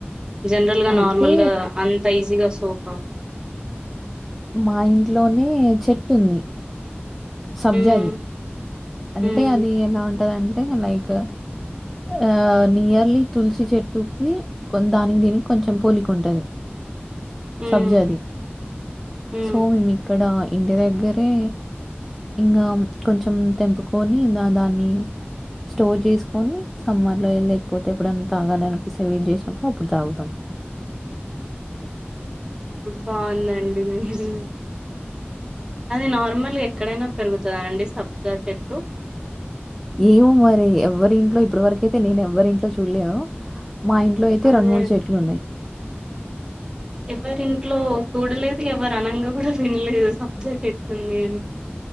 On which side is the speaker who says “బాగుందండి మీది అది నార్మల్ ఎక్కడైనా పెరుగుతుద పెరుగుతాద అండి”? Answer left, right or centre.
Right